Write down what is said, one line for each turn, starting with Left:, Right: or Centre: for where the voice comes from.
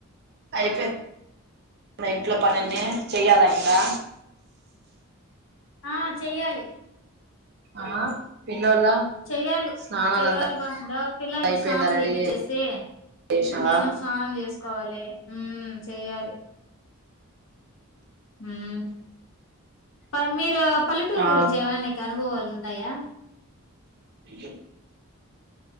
Right: అయిపోయింది ఇంట్లో పనిన్ని చెయ్యాలా ఇంకా
Left: ఆ చెయ్యాలి
Right: ఆ పిల్లోల్ల
Left: చెయ్యాలి
Right: స్నానాలంతా
Left: చెయ్యాలి బా గుడా పిల్లలకి
Right: అయిపోయిందా
Left: స్నానం
Right: రెడీ
Left: చేయిచ్చేసి
Right: చేసినవా
Left: నేను స్నానం చేసుకోవాలి చెయ్యాలి ఉమ్ మీరు పల్లెటూరు
Right: ఆ
Left: గురించి ఏమైనా నీకు అనుభవాలు ఉందాయా
Right: ఇ